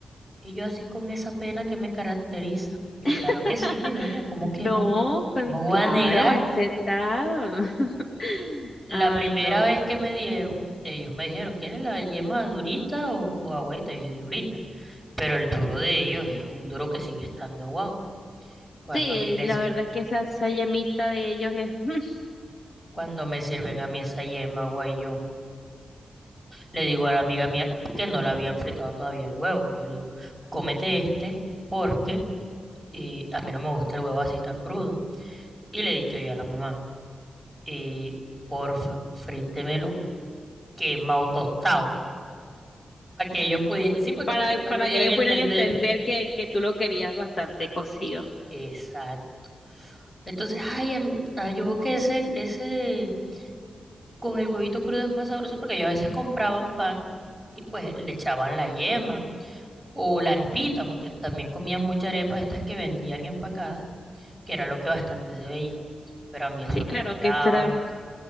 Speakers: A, in the centre; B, on the left.
A: Y yo así con esa pena que me caracteriza. Yo,
B: <laughs>
A: claro que sí, mi doña, ¿cómo que
B: No,
A: no?
B: con-
A: No voy
B: claro,
A: a negar.
B: aceptado. <laughs>
A: La
B: Ay,
A: primera
B: no.
A: vez que me dieron, ellos me dijeron, ¿quieres la yema durita o, o agüita? Yo dije, durita. Pero el duro de ellos es un duro que sigue estando aguado. Cuando
B: Sí,
A: a mí me,
B: la
A: s-
B: verdad es que esa, esa llamita de ellos es <laughs>
A: cuando me sirven a mí esa yema, guay, yo le digo a la amiga mía que no la habían fritado todavía el huevo. Yo le digo, cómete este porque eh, a mí no me gusta el huevo así tan crudo. Y le he dicho yo a la mamá. eh, porfa, frítemelo quemado tostado, para que ellos pudieran, sí, porque
B: para,
A: para que ellos
B: para
A: pudieran
B: que ellos
A: entender.
B: pudieran entender que, que tú lo querías bastante cocido.
A: Exacto. Entonces, ay, a mí- ah, yo veo que ese, ese con el huevito crudo es más sabroso porque ellos a veces compraban pan y pues le echaban la yema o la arepita, porque también comían mucha arepa de estas que vendían empacadas, que era lo que bastante se veía, pero a mí eso
B: Sí,
A: no
B: claro,
A: me daba.
B: que esto era